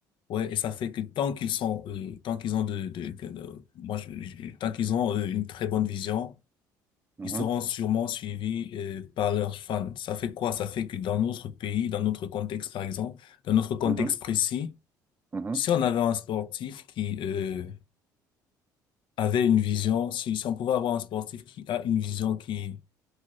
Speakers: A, on the left (about 55°); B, on the right (about 20°).
A: ouais, et ça fait que tant qu'ils sont, euh, tant qu'ils ont de, de, que- de- moi, je- je- tant qu'ils ont euh, une très bonne vision,
B: Mhm,
A: ils seront sûrement suivis euh, par leurs fans. Ça fait quoi? Ça fait que dans notre pays, dans notre contexte, par exemple, dans notre contexte
B: mhm,
A: précis,
B: mhm,
A: si on avait un sportif qui, euh, avait une vision, si, si on pouvait avoir un sportif qui a une vision qui